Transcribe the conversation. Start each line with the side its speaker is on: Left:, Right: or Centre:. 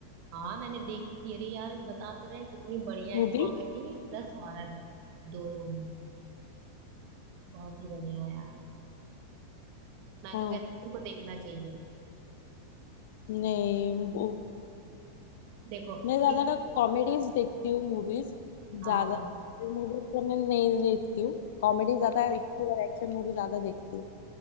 Right: हाँ मैंने देखी थी अरे यार बता तो रहे हैं, कितनी बढ़िया
Left: मूवी
Right: है कॉमेडी प्लस हॉरर दोनों है बहुत ही बढ़िया है यार मैं
Left: हाँ
Right: तो कहती हूँ तुमको देखना चाहिए
Left: नहीं वो-
Right: देखो
Left: मैं ज्यादातर
Right: इत
Left: कॉमेडीज देखती हूँ मूवीज
Right: हाँ
Left: ज्यादा मूवीज तो मैं नहीं देखती हूँ कॉमेडी ज्यादा देखती हूँ और एक्शन मूवी ज्यादा देखती हूँ